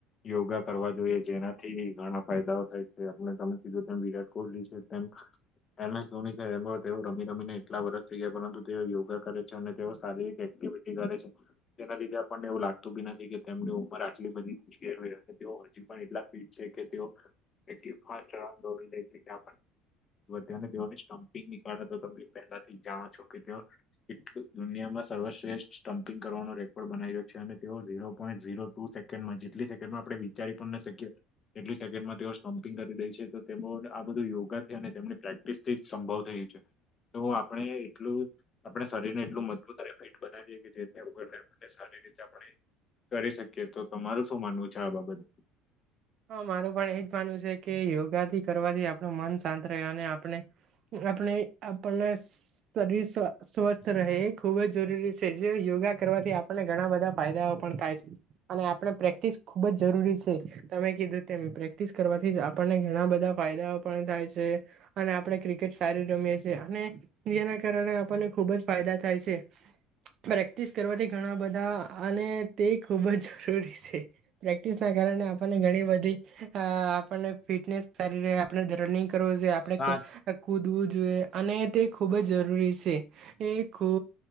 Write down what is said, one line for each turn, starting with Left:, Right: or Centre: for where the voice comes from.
Left: યોગા કરવા જોઈએ. જેનાથી ઘણા ફાયદાઓ થાય છે. આપણે તમે કીધું તેમ વિરાટ કોહલી છે તેમ એમસ ધોની છે. એ તેઓ રમી રમીને એટલા વરષ થઈ ગયા પરંતુ તેઓ યોગા કરે છે. અને તેઓ શારીરિક કરે છે. તેના લીધે પણણને એવું લાગતું બી નથી કે તેમની ઉંમર આટલી બધી ગઈ હોય અને તેઓ હજી પણ એટલા ફિટ છે કે તેઓ એટલી ફાસ્ટ રન દોડી લેય કે આપણ વધાને જોઓને સ્ટમ્પિંગ નીકળે તો તમે પહેલાથી જ જાણો છો કે તેઓ કેટલું દુનિયામાં સર્વશ્રેષઠ સ્ટમ્પિંગ કરવાનો રેકોર્ડ બનાવ્યો છે. અને તેઓ ઝીરો પોઈન્ટ ઝીરો ટુ સેકન્ડમાં જેટલી સેકન્ડમાં આપડે વિચારી પણ ના શકીએ. એટલી સેકન્ડમાં તેઓ સ્ટમ્પિંગ કરી દે છે તો તેઓ આ બધું યોગાથી અને તેમની પ્રેક્ટિસ થી સંભવ થય છે. તો આપણે એટલું આપણે શરીરને એટલું મજબૂત અને ફિટ બનાવીએે કે જેથી આપણને આપણને સારી રીતે આપણે કરી શકીએ. તો તમારું શું માનવું છે આ બાબતે?
Right: હા, મારું પણ એજ માનવું છે, કે યોગાથી કરવાથી આપણું મન શાંત રહે અને આપણે આપણે આપણને શરીર સ્વસ્થ રહે, એ ખુબ જ જરૂરી છે. જે યો યોગા કરવાથી આપણને ઘણા બધા ફાયદાઓ પણ થાય છે. અને આપણે પ્રેક્ટિસ ખુબ જ જરૂરી છે. તમે કીધું તેમ પ્રેક્ટિસ કરવાથી જ આપણને ઘણા બધા ફાયદાઓ પણ થાય છે. અને આપણે ક્રિકે કેટ સારી રમીએ છે, અને ઈ એના કારણે આપણને ખુબ જ ફાયદા થાય છે. પ્રેક્ટિસ કરવાથી ઘણા બધા અને તે ખૂબ જ જરૂરી છે. પ્રેક્ટિસ ના કારણે આપ આપણને ઘણી બધી આપણને ફિટનેસ સારી રહે, આપણે રનિંગ કરવો જોઈએ, આપણે
Left: સાચું
Right: ક કૂદવું જોઈએ. અને તે ખૂબ જ જરૂરી છે. એ ખો